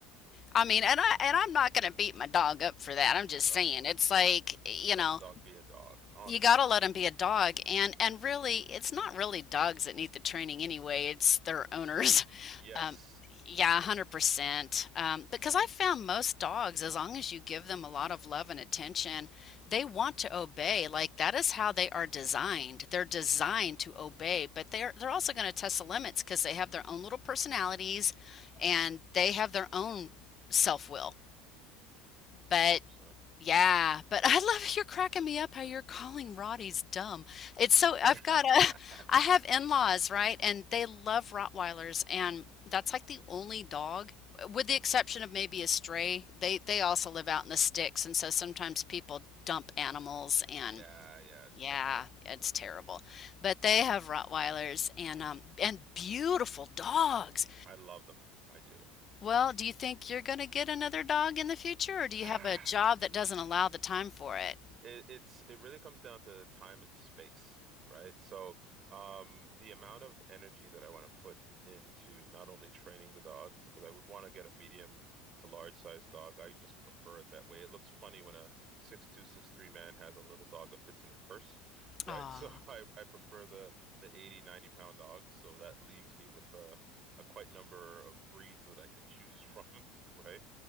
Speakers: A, on the left (about 30°); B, on the right (about 35°).
A: I mean, and I and I'm not gonna beat my dog up for that. I'm just
B: No.
A: saying. It's like, you
B: Let
A: know,
B: a dog be a dog, honestly.
A: you got to let them be a dog and and really it's not really dogs that need the training anyway it's their owners <laughs>
B: Yes.
A: um, yeah 100% um, because i found most dogs as long as you give them a lot of love and attention they want to obey like that is how they are designed they're designed
B: hmm
A: to obey but they're they're also going to test the limits because they have their own little personalities and they have their own self-will but
B: 100%.
A: yeah, but I love you're cracking me up how you're calling Rotties dumb. It's so I've
B: <laughs>
A: got a <laughs> I have in-laws, right? And they love Rottweilers and that's like the only dog with the exception of maybe a stray. They they also live out in the sticks and so sometimes people dump animals and
B: Yeah, yeah, it's
A: yeah,
B: terrible.
A: it's terrible. But they have Rottweilers and um and beautiful dogs.
B: I love them. I do.
A: Well, do you think you're going to get another dog in the future or do
B: <sighs>
A: you have a job that doesn't allow the time for it?
B: It, it's it really comes down to time and space, right? So, um, the amount of energy that I want to put into not only training the dog, because I would want to get a medium to large size dog. I just prefer it that way. It looks funny when a six two, six three man has a little dog that fits in your purse, right?
A: Ah,
B: <laughs> So I, I prefer the the eighty, ninety pound dogs. So that leaves me with a, a quite number of breeds that I can choose from, <laughs> right?